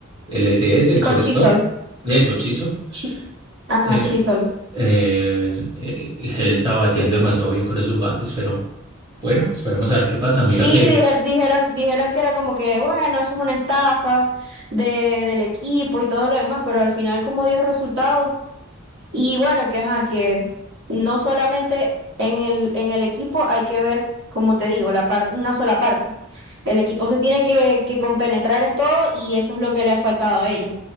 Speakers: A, on the right; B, on the right.
A: el SS, el shortstop.
B: Con Chisholm.
A: Eso, Chisholm.
B: Chi- Ajá,
A: Eh,
B: Chisholm.
A: el- eh, eh, él estaba bateando demasiado bien con esos bates, pero bueno, esperemos a ver qué pasa.
B: Sí,
A: Mira que,
B: dije- dijeron, dijeron que era como que, bueno, eso es una estafa de, del equipo y todo lo demás, pero al final como dio resultados, Y bueno, que ajá, que no solamente en el, en el equipo hay que ver, como te digo, la par- una sola parte. El equipo se tiene que, que compenetrar en todo y eso es lo que le ha faltado a ellos.